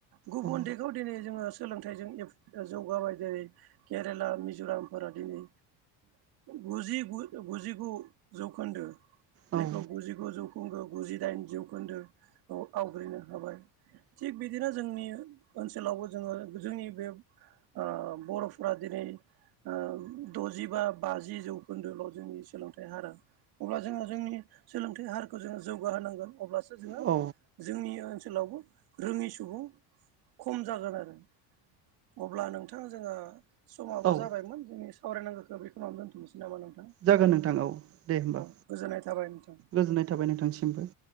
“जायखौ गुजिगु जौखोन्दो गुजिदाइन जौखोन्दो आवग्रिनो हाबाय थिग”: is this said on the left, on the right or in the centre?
Right